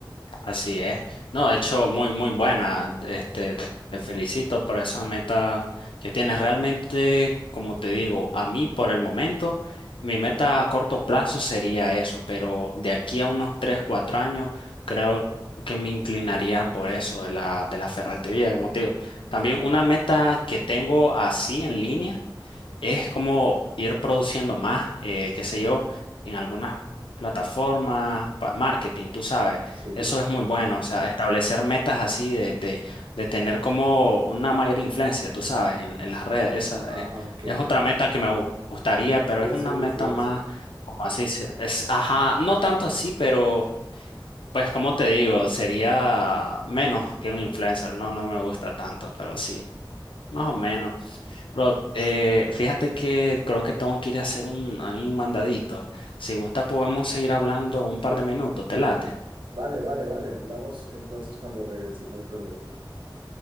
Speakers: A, on the left (about 80°); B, on the right (about 70°).
A: Así es. No, de hecho, muy, muy buena. Este, te felicito por esa meta que tienes. Realmente, como te digo, a mí por el momento, mi meta a corto plazo sería eso, pero de aquí a unos 3, 4 años, creo que me inclinaría por eso de la, de la ferretería, como te digo.
B: Me
A: También
B: encanta.
A: una meta que tengo así en línea es como ir produciendo más, eh, qué sé yo, en algunas plataformas, pa- marketing, tú sabes,
B: Sí.
A: eso es muy bueno, o sea, establecer metas así de, de, de tener como una mayor influencia, tú sabes, en, en las redes, esa
B: Ah,
A: eh,
B: ok,
A: es otra
B: ok.
A: meta que me gu- gustaría, pero
B: ¿Quieres
A: es una
B: ser
A: meta
B: influencer?
A: más, como así, se- es, ajá, no tanto así, pero pues como te digo, sería menos que un influencer, no, no me gusta tanto, pero sí, más
B: Ok.
A: o menos. Bro, eh, fíjate que creo que tengo que ir a hacer un, a mí un mandadito. Si gusta podemos seguir hablando un par de minutos, ¿te late?
B: Vale, vale, vale. Hablamos entonces cuando regreses, no hay problema.